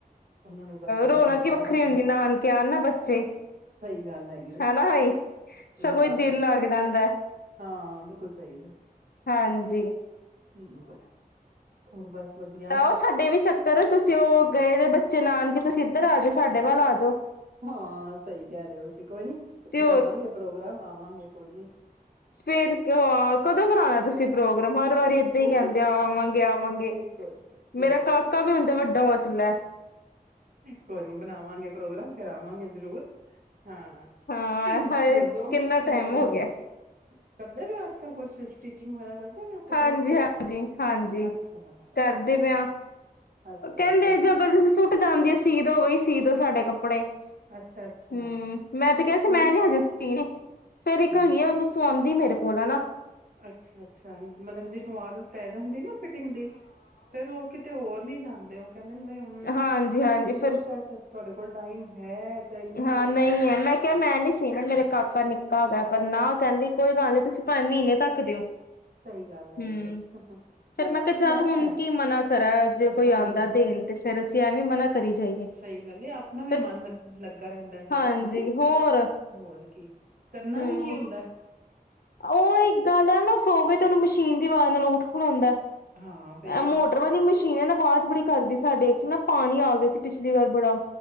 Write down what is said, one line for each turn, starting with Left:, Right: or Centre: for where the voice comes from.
Right: ਉਹਨਾਂ ਨੇ ਬਸ ਇੰਝੇ
Left: ਰੌਣਕ
Right: ਰੌਣਕਾਂ
Left: ਈ ਵੱਖਰੀ
Right: ਲਾਣੀਆਂ
Left: ਹੁੰਦੀ ਨਾਨਕੇ ਆਣ ਨਾ ਬੱਚੇ
Right: ਸਹੀ ਗੱਲ ਹੈਗੀ
Left: ਹਨਾਾਈ ਸਗੋਂ
Right: ਹਾਂ
Left: ਹੀ ਦਿਲ ਲੱਗ ਜਾਂਦਾ
Right: ਹਾਂ ਬਿਲਕੁਲ ਸਹੀ ਐ।
Left: ਹਾਂਜੀ
Right: ਹਮ ਹੋਰ ਬਸ ਵਧੀਆ
Left: ਤਾਂ ਉਹ ਸਾਡੇ ਵੀ ਚੱਕਰ ਤੁਸੀਂ ਉਹ ਗਏ ਦੇ ਬੱਚੇ ਨਾਨਕੇ ਤੁਸੀਂ ਇੱਧਰ ਆ ਜਾਓ ਸਾਡੇ ਵੱਲ ਆ ਜਾਓ
Right: ਹਾਂ, ਸਹੀ ਕਹਿ ਰਹੇ ਹੋ ਅਸੀ ਕੋਈ ਨੀ
Left: ਤੇ
Right: ਬਣਾਵਾਂਗੇ ਪ੍ਰੋਗਰਾਮ ਆ ਆਵਾਂਗੇ ਕੋਈ ਨੀਂ
Left: ਫਿਰ ਅਹ ਕਦੋਂ ਬਣਾਉਣਾ ਤੁਸੀਂ ਪ੍ਰੋ ਹਰ ਵਾਰੀ ਏਦਾਂ
Right: ਕੋਈ
Left: ਹੀ ਕਹਿੰਦੇ ਆਵਾਂਗੇ, ਆਵਾਂਗੇ।
Right: ਕੋਈ
Left: ਮੇਰਾ
Right: ਨੀ ਕੋਈ ਨੀ
Left: ਕਾਕਾ ਵੀ ਹੁੰਦਾ ਵੱਡਾ ਹੋ <unintelligible>
Right: ਕੋਈ ਨੀ ਬਣਾਵਾਂਗੇ ਪ੍ਰੋਗਰਾਮ ਫਿਰ ਆਵਾਂਗੇ ਜ਼ਰੂਰ, ਹਾਂ
Left: ਹਾਂ
Right: ਤੁਸੀਂ
Left: ਹਾਏ
Right: ਦੱਸੋ
Left: ਕਿੰਨਾ
Right: ਅਮ
Left: ਟਾਈਮ ਹੋ ਗਿਆ
Right: ਕਰਦੇ ਪੇ ਅੱਜ-ਕੱਲ ਕੁਛ ਸਟੀਚਿੰਗ ਵਗੈਰਾ ਕਰਦੇ ਪਏ ਹੋ ਕੱਪੜੇ
Left: ਹਾਂਜੀ
Right: ਕੁਪੜੇ
Left: ਹਾਂਜੀ ਹਾਂਜੀ।
Right: ਅੱਛਾ
Left: ਕਰਦੇ ਪੇਆਂ
Right: ਅੱਛਾ
Left: ਕਹਿੰਦੇ
Right: ਅੱਛਾ
Left: ਜਬਰਦਸਤੀ ਟੱਟ ਜਾਂਦੀ ਐ, ਸੀਦੋ ਵਈ ਸੀਦੋ ਸਾਡੇ ਕੱਪ ਕੱਪੜੇ ਹਂ
Right: ਅੱਛਾ ਅੱਛਾ
Left: ਮੈਂ ਤੇ ਕਿਹਾ ਸੀ,
Right: ਕੋਈ
Left: ਮੈਂ ਨੀਂ ਹਜੇ ਸੀਣੇ ਫੇਰ ਇੱਕ
Right: ਹਮ
Left: ਹੈਗੀ ਆ, ਉਹਨੂੰ ਸੁਆਂਦੀ ਮੇਰੇ ਕੋ ਰੇ ਕੋਲ ਐ ਨਾ
Right: ਅੱਛਾ ਅੱਛਾ ਮਤਲਬ ਜਿਸਨੂੰ ਆਦਤ ਪੈ ਜਾਂਦੀ ਨਾ ਫਿਟਿੰਗ ਦੀ ਫੇਰ ਉਹ ਕਿਤੇ ਹੋਰ ਨੀ ਜਾਂਦੇ ਉਹ ਕਹਿੰਦੇ ਨੇ ਬਈ ਹੁਣ
Left: ਹਾਂਜੀ
Right: ਤੁਸੀਂ
Left: ਹਾਂਜੀ
Right: ਸੀਓ
Left: ਫਿਰ
Right: ਚਾਹੇ ਤੁਹਾਡੇ ਕੋਲ ਟਾਈਮ ਹੈ ਚਾਹੇ
Left: ਹਾਂ
Right: ਹੈ
Left: ਨਹੀਂ ਐ, ਮੈਂ ਕਿਹਾ ਮੈਂ ਨੀਂ ਸੀਨੇ ਮੇਰੇ ਕਾਕਾ ਨਿੱਕਾ ਹੈਗਾ, ਪਰ ਨਾ ਕਹਿੰਦੀ ਕੋਈ ਗੱਲ ਨਹੀਂ ਤੁਸੀਂ ਭਾਵੇਂ ਮਹੀਨੇ ਤੱਕ ਦਿਓ।
Right: ਸਹੀ ਗੱਲ ਹੈਗੀ
Left: ਹਂ,
Right: ਹੈ ਚਲੋ
Left: ਫਿਰ ਮੈਂ
Right: ਵਧੀਆ
Left: ਕਿਹਾ ਚੱਲ
Right: ਹੈ।
Left: ਹੁਣ ਕੀ ਮਨਾਂ ਕਰਾਂ, ਜੇ ਕੋਈ
Right: ਹਾਂ
Left: ਆਂਦਾ ਦੇਣ ਤੇ ਫੇਰ ਅਸੀਂ ਤੇ ਐਵੇਂ ਮਨਾ ਕਰੀ ਜਾਈਏ।
Right: ਸਹੀ ਗੱਲ ਏ, ਆਪਣਾ ਵੀ
Left: ਫਿਰ
Right: ਮਨ ਲੱ ਲੱ ਗਾ ਰਹਿੰਦਾ ਸੀ
Left: ਹਾਂਜੀ
Right: ਆਹ ਨਹੀਂ
Left: ਹੋਰ
Right: ਹੋਰ ਕੀ ਕਰਨਾ
Left: ਹੂੰ।
Right: ਵੀ ਕੀ ਹੁੰਦਾ!
Left: ਉਹ ਇੱਕ ਗੱਲ ਆ ਨਾ ਸੋਵੇ ਤੇ ਉਹਨੂੰ ਮਸ਼ੀਨ ਦੀ ਆਵਾਜ਼ ਨਾਲ ਉੱਠ ਹੂੰਦਾ ਏ
Right: ਹਾਂ ਫੇਰ
Left: ਐ ਮੋਟਰ ਵਾਲੀ ਮਸ਼ੀ ਠੀਕ ਐ ਨਾ ਆਵਾਜ਼ ਬੜੀ ਕਰਦੀ ਸਾਡੇ ਚ ਨਾ ਪਾਣੀ ਆ ਗਿਆ ਸੀ ਪਿਛਲੀ ਵਾਰ ਬੜਾ